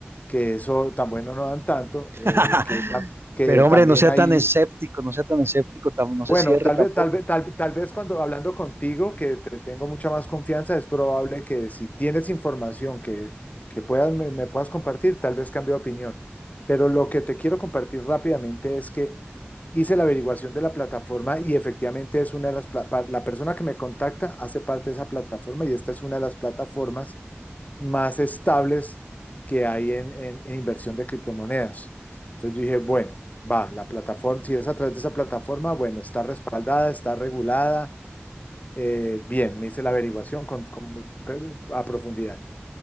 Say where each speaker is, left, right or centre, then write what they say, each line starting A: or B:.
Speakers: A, on the left (about 35°); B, on the right (about 65°).
A: que eso tan bueno no dan tanto,
B: <laughs>
A: eh, que, tam- que
B: Pero
A: también
B: hombre, no sea
A: ahí,
B: tan escéptico, no sea tan escéptico, tam- no
A: bueno,
B: se cierre
A: tal
B: tampoco.
A: vez, tal vez, tal, tal vez cuando hablando contigo, que te tengo mucha más confianza, es probable que si tienes información que, que puedas, me, me puedas compartir, tal vez cambie de opinión. Pero lo que te quiero compartir rápidamente es que hice la averiguación de la plataforma y efectivamente es una de las, pla- pa- la persona que me contacta hace parte de esa plataforma y esta es una de las plataformas más estables que hay en, en- en inversión de criptomonedas. Entonces yo dije, bueno, va, la plataforma, si es a través de esa plataforma, bueno, está respaldada, está regulada, eh, bien, me hice la averiguación con- con- a profundidad.